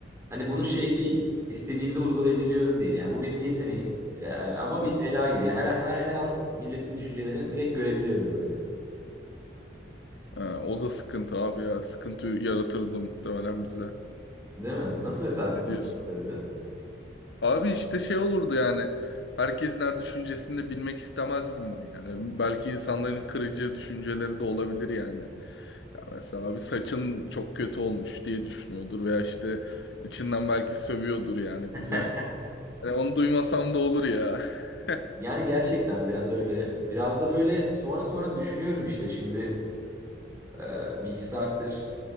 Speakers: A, on the right; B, on the left.
A: Hani bunu
B: Hı-hı.
A: şey değil istediğimde uygulayabiliyorum değil yani bu benim yeteneğim Ee, ama
B: Ha,
A: bir bela gibi. Yani her, her, her an milletin düşüncelerini direkt görebiliyorum böyle.
B: ha, o da sıkıntı abi ya. Sıkıntı yaratırdı muhtemelen bize.
A: Değil mi? Nasıl mesela sıkıntı
B: Ne diyorsun?
A: yaptırdı?
B: Abi işte şey olurdu yani. Herkesin her düşüncesini de bilmek istemezdim ben yani. Belki insanların kırıcı düşünceleri de olabilir yani. Ya mesela abi saçın çok kötü olmuş diye düşünüyordur veya işte içinden belki sövüyordur yani
A: <laughs>
B: bize. Yani onu duymasam da olur ya. <laughs>
A: Yani gerçekten biraz öyle. Biraz da böyle sonra sonra düşünüyorum işte şimdi e, bir iki saattir